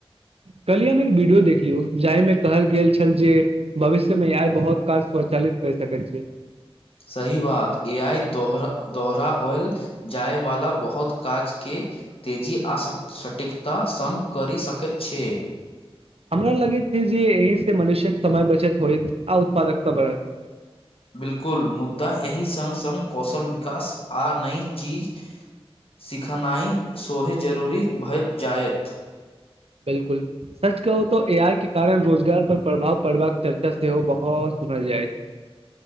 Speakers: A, on the right (about 70°); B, on the left (about 65°).
A: कलहि हम एक वीडियो देखलु लियौ जाइमे कहल गेल छल जे भविष्यमे आइ बहुत काज स्वचालित करि सकैत छै
B: सही बात ए आई दोहरा ऑयल जायवलाा बहुत काज के तेजी आ सटीकता संग करी सकैत छै
A: हमरा लगैत छै जे एहिसँ मनुष्य्यक समय बचत होइत आ उत्पादकता बढ़त
B: बिलकुल मुद्दा एहि संग संग कौशल विकास आ नई चीज सिखनाइ सोहे जरूरी भइत जायत
A: बिलकुल सच कहू त ए आइ के कारण रोजगार पर प्रभाव पड़बाक चर्चा सेहो बहुत सुनल जाइ छै